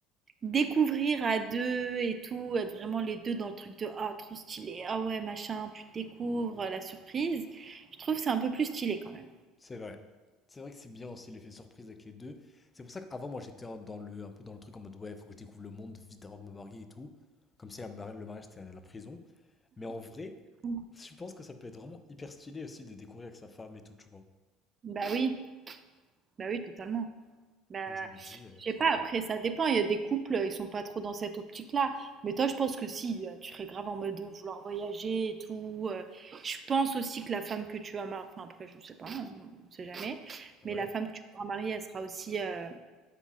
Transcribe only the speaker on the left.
C'est vrai. C'est vrai que c'est bien aussi l'effet surprise avec les deux. C'est pour ça qu'avant, moi, j'étais en- dans le, un peu dans le truc en mode, ouais, faut que je découvre le monde vite avant de me marier et tout. Comme si la mari- le mariage, c'était la prison. Mais en vrai,
je pense que ça peut être vraiment hyper stylé aussi de découvrir avec sa femme et tout, tu vois.
Donc je me dis, euh,
pourquoi
pas.
Ouais.